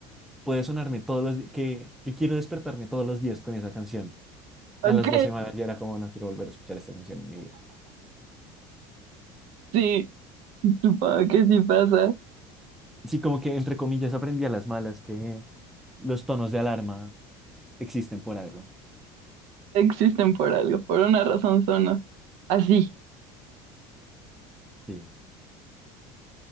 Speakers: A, in the centre; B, on the right.
A: puede sonarme todos los días, que, que quiero despertarme todos los días con esa canción.
B: Ok,
A: A las dos semanas ya era como, no quiero volver a escuchar esta canción en mi vida.
B: sí, supongo que sí pasa.
A: Sí, como que entre comillas aprendí a las malas que los tonos de alarma existen por algo.
B: Existen por algo, por una razón son a- así.
A: Sí.